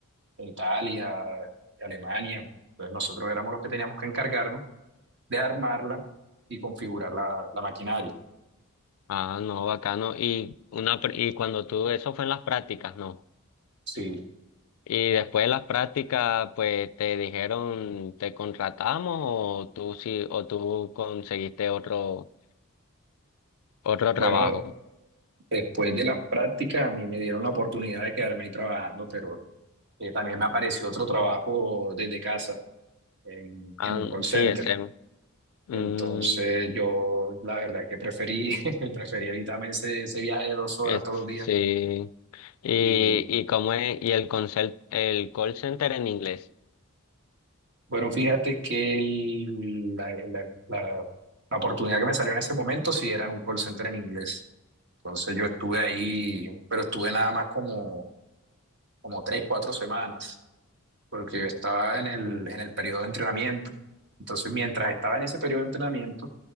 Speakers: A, on the right (about 50°); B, on the left (about 75°).
A: de Italia, de Alemania. Entonces nosotros éramos los que teníamos que encargarnos de armarla y configurar la, la maquinaria.
B: Ah, no, bacano. Y una pr- y cuando tú, eso fue en las prácticas, ¿no?
A: Sí,
B: Y después de las prácticas, pues te dijeron, ¿te contratamos o tú sí, o tú conseguiste otro, otro
A: bueno,
B: trabajo?
A: después de las prácticas a mí me dieron la oportunidad de quedarme ahí trabajando, pero Eh, también me apareció otro trabajo desde casa en,
B: Ah,
A: en un call center.
B: sí, extremo. Mm,
A: Entonces yo la verdad que preferí, <laughs> preferí evitarme ese, ese viaje de dos horas
B: es-
A: todos los días.
B: sí. Y,
A: Y
B: y cómo es, y el consel- el call center en inglés.
A: bueno, fíjate que el- la, la- la- la oportunidad que me salió en ese momento sí era en un call center en inglés. Entonces yo estuve ahí, pero estuve nada más como, como tres, cuatro semanas. porque yo estaba en el, en el periodo de entrenamiento. Entonces, mientras estaba en ese periodo de entrenamiento,